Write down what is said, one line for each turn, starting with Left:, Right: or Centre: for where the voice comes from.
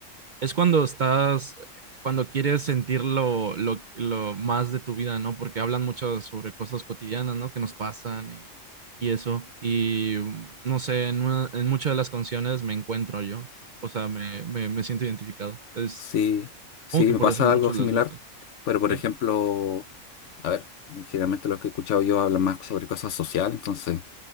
Right: es cuando estás, cuando quieres sentir lo, lo, lo más de tu vida, ¿no? Porque hablan mucho sobre cosas cotidianas, ¿no? Que nos pasan y, y eso. Y mm, no sé, en, una- en muchas de las canciones me encuentro yo. O sea, me, me, me siento identificado. Es,
Left: Sí, sí,
Right: como que
Left: me
Right: por
Left: pasa
Right: eso a muchos
Left: algo similar.
Right: les gusta,
Left: Pero por
Right: ¿sí?
Left: ejemplo, a ver, generalmente lo que he escuchado yo habla más sobre cosas sociales, entonces